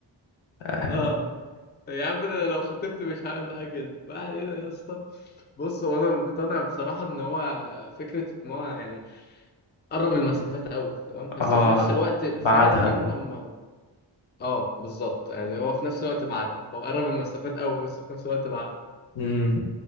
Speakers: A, on the left; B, on the left.
A: <laughs>
B: اه يا عم انا لو خطبت مش هعمل معاه كده ما علينا يا اسطى بص هو انا مقتنع بصراحه ان هو فكره ان هو يعني قرب المسافات قوي تمام بس
A: اه
B: في نفس الوقت فعلا
A: بعدها
B: يوم لما اه بالظبط يعني هو في نفس الوقت بعد هو قرب المسافات قوي بس في نفس الوقت بعد
A: امم